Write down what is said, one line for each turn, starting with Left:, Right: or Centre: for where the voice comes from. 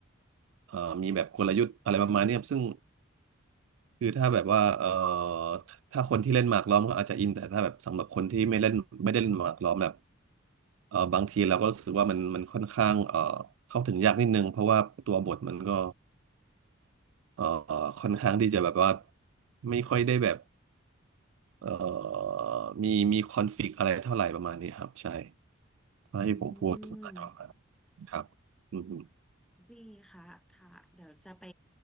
Right: เอ่อมีแบบกลยุทธ์อะไรประมาณนี้ครับซึ่ง คือถ้าแบบว่าเอ่อถ้าคนที่เล่นหมากล้อมก็อาจจะอินแต่ถ้าแบบสำหรับคนที่ไม่เล่นไม่ได้เล่นหมากล้อมแบบเอ่อบางทีเราก็รู้สึกว่ามันมันค่อนข้างเอ่อเข้าถึงยากนิดนึงเพราะว่าตัวบทมันก็เอ่อค่อนข้างที่จะแบบว่าไม่ค่อยได้แบบเอ่อมีมีคอนฟลิกต์อะไรเท่าไหร่ประมาณนี้ครับใช่ถ้าที่ผมพูดอาจจะประมาณนั้นครับอืม
Centre: อืม ดีค่ะค่ะเดี๋ยวจะไป